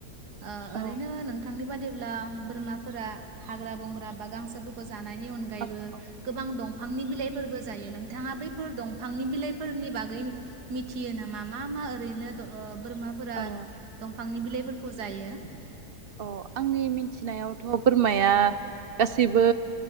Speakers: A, on the right; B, on the right.
A: ओ ओरैनो
B: औ
A: नों थांनि बादिब्ला बोरमाफोरा हाग्रा बंग्रा बा गांसोफोरखौ जानायनि अनगायैबो
B: औ औ
A: गोबां दं फांनि बिलाइफोरबो जायो। नोंथाङा बैफोर दंफांनि बिलाइफोरनि बागै मिथियो नामा मा मा ओरैनो द ओ बोरमाफोरा
B: औ
A: दंफांनि बिलाइ फोरखौ जायो?
B: औ आंनि मिथिनायावथ' बोरमाया गासिबो